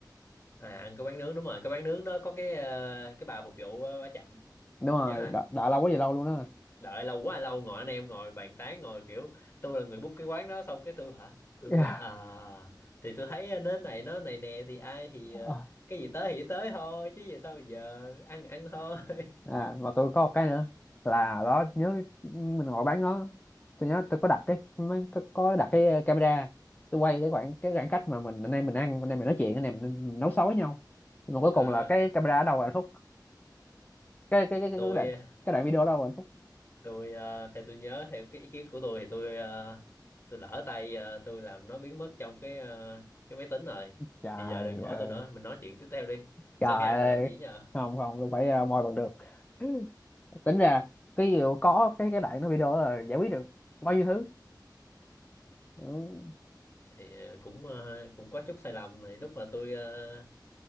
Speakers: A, on the left; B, on the left.
A: à ăn cái quán nướng đúng rồi cái quán nướng đó có cái ờ, cái bà phục vụ ờ, bà chậm
B: đúng rồi
A: nhớ rồi
B: đợi, đợi lâu quá vậy lâu luôn đó
A: đợi lâu quá lâu ngồi anh em ngồi bàn tán ngồi kiểu tôi là người book cái quán đó xong cái tôi hả tôi
B: Yeah.
A: kiểu à thì tôi thấy ờ, nến này nó này nè thì ai thì
B: Ờ.
A: ờ, cái gì tới thì tới thôi chứ giờ sao giờ ăn ăn thôi <laughs>
B: <laughs> à mà tôi có một cái nữa là đó nhớ mình ngồi bán nó. tôi nhớ tôi có đặt cái mấy- có, có đặt cái ờ, camera tôi quay cái khoảng cái khoảng cách mà mình anh em mình ăn anh em mình nói chuyện anh em mình nấu xối với nhau nhưng mà cuối
A: Ờ,
B: cùng là cái camera ở đâu rồi anh Phúc cái cái cái cái
A: tôi
B: cái đoạn cái đoạn video ở đâu rồi anh Phúc
A: tôi ờ, theo tôi nhớ theo cái ý kiến của tôi thì tôi ờ, tôi lỡ tay ờ, tôi làm nó biến mất trong cái ờ, cái máy tính rồi
B: trời
A: thì giờ đừng hỏi
B: ơi
A: tôi nữa mình nói chuyện tiếp theo đi
B: trời
A: sau khi ăn
B: ơi
A: mình làm cái gì nhờ
B: không không tôi phải ờ, moi bằng được <clears throat> <laughs> tính ra cái gì có cái cái đoạn nó video đó là giải quyết được bao nhiêu thứ ừ.
A: thì ờ, cũng ờ, cũng có chút sai lầm thì lúc mà tôi ờ,